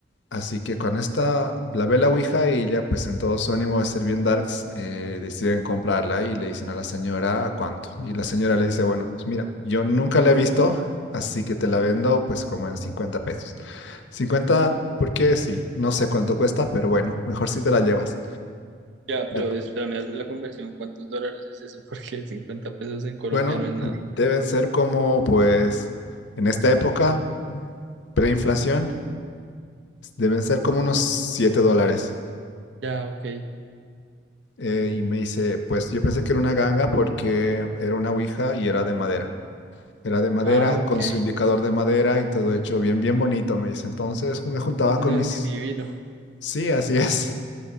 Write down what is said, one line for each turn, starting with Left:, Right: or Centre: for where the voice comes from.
Left: Así que con esta, la ve la Ouija y ya pues en todo su ánimo de ser bien darks, eh, deciden comprarla y le dicen a la señora "¿A cuánto. Y la señora le dice, bueno, pues mira, yo nunca la he visto, así que te la vendo pues como en 50 pesos. cincuenta porque sí, no sé cuánto cuesta, pero bueno, mejor si te la llevas.
Right: Ya,
Left: La-
Right: pero espérame, hazme la conversión, ¿cuántos dólares es eso? <laughs> Porque 50 pesos en Colombia
Left: bueno,
Right: no es nada.
Left: deben ser como pues en esta época, preinflación, deben ser como unos 7 dólares.
Right: Ya, ok.
Left: Eh, y me dice, pues yo pensé que era una ganga porque era una ouija y era de madera. Era de madera
Right: Ah, ok.
Left: con su indicador de madera y todo hecho bien, bien bonito, me dice. Entonces me juntaba
Right: No,
Left: con mis...
Right: sí, divino.
Left: Sí, así es.